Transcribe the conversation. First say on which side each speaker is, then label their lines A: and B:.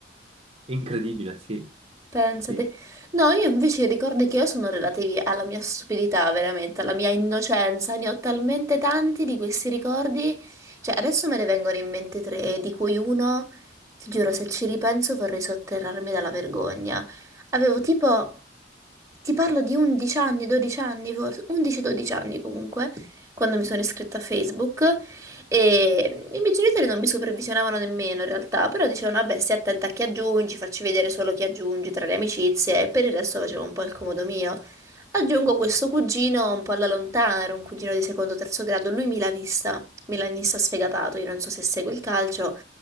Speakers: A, on the right; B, on the right.
A: Incredibile, sì,
B: Pensate.
A: sì,
B: No, io invece i ricordi che io sono relativi alla mia stupidità, veramente, alla mia innocenza. Ne ho talmente tanti di questi ricordi. Cioè, adesso me ne vengono in mente tre, di cui uno, ti giuro, se ci ripenso vorrei sotterrarmi dalla vergogna. Avevo tipo, ti parlo di 11 anni, 12 anni, forse 11-12 anni comunque, quando mi sono iscritta a Facebook. E i miei genitori non mi supervisionavano nemmeno in realtà, però dicevano, vabbè, stai attenta a chi aggiungi, facci vedere solo chi aggiungi tra le amicizie, e per il resto facevo un po' il comodo mio. Aggiungo questo cugino un po' alla lontana, era un cugino di secondo o terzo grado, lui milanista, milanista sfegatato, io non so se segue il calcio,